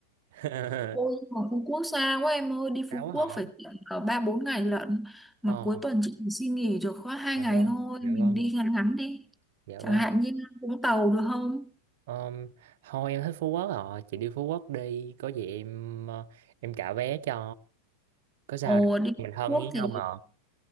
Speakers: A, on the right; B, in the centre.
A: <laughs>
B: Ôi mà Phú Quốc xa quá em ơi Đi
A: Sao
B: Phú
A: quá
B: Quốc
A: họ
B: phải tận ở ba bốn ngày lận Mà
A: Ờ
B: cuối tuần chị chỉ xin nghỉ được có hai
A: dạ
B: ngày
A: vâng
B: thôi
A: Dạ
B: Mình
A: vâng
B: đi ngắn ngắn đi
A: Dạ
B: Chẳng
A: vâng
B: hạn như Vũng Tàu được không
A: Ờm, Thôi em thích Phú Quốc rồi Chị đi Phú Quốc đi Có gì em ờ, Em trả vé cho Có sao
B: Ồ
A: đâu
B: đi
A: Mình
B: Phú
A: thân
B: Quốc
A: với
B: thì
A: nhau mà